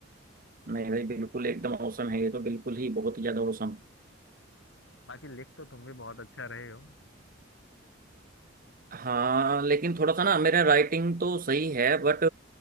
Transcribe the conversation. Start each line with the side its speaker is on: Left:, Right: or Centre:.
Right: नहीं भाई बिल्कुल एकदम औसम है ये तो बिल्कुल ही बहुत ही ज़्यादा औसम
Left: बाकी लिख तो तुम भी बहुत अच्छा रहे हो
Right: हाँ लेकिन थोड़ा सा ना मेरा राइटिंग तो सही है बट